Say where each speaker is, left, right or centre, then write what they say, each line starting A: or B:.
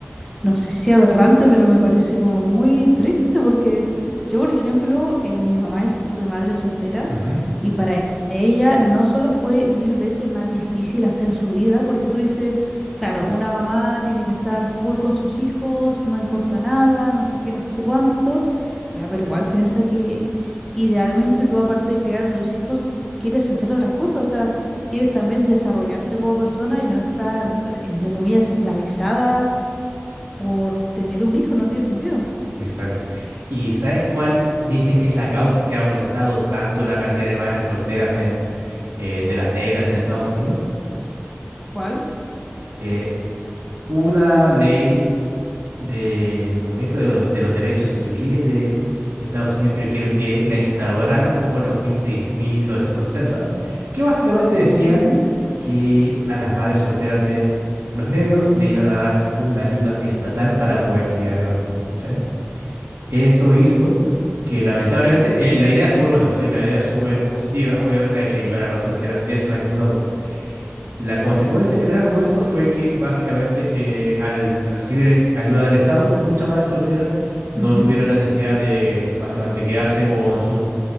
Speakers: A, in the centre; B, on the right (about 55°).
A: no sé si aberrante, pero me parece como muy triste porque yo, por ejemplo, eh, mi mamá es- fue madre soltera
B: Ujú.
A: y para ella no solo fue mil veces más difícil hacer su vida, porque tú dices, claro, una mamá tiene que estar full con sus hijos, no importa nada, no sé qué, no sé cuánto, ya, pero igual piensa que idealmente tú, aparte de criar a tus hijos, quieres hacer otras cosas, o sea, quieres también desarrollarte como persona y no estar, entre comillas, esclavizada por tener un hijo, no tiene sentido.
B: Exacto. ¿Y sabes cuál dicen que es la causa que ha aumentado tanto la cantidad de madres solteras en, eh, de las negras en Estados Unidos?
A: ¿Cuál?
B: Eh, una ley del movimiento de, de los derechos civiles de Estados Unidos, que creo que la instauraron como en los mil mil seis mil novecientos sesenta que básicamente decía
A: Ujú,
B: que a las madres solteras de los negros le iban a dar una ayuda estatal para poder criar a los niños, ¿cachai? Eso hizo que lamentablemente, eh, la idea es súper buena, ¿cachai? La idea es súper positiva, obviamente hay que ayudar a las madres solteras, de eso no hay ninguna duda. La consecuencia que trajo eso fue que básicamente eh, al recibir eh, ayuda del Estado, muchas madres solteras no
A: ujú,
B: tuvieran la necesidad de básicamente quedarse con su,